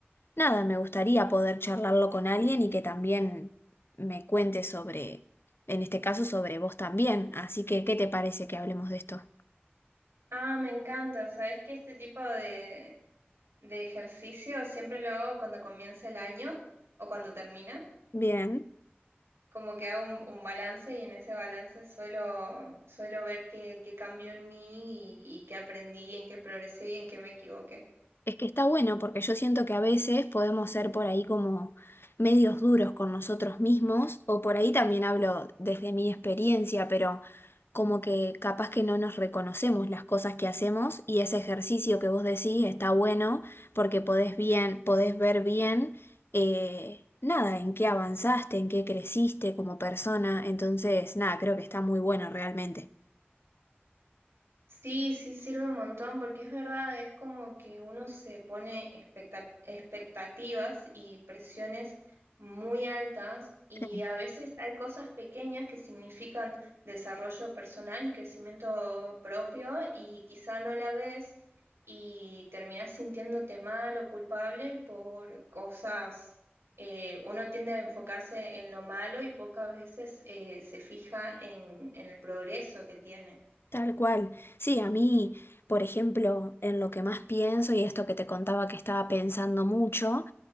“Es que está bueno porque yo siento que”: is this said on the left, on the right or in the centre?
Left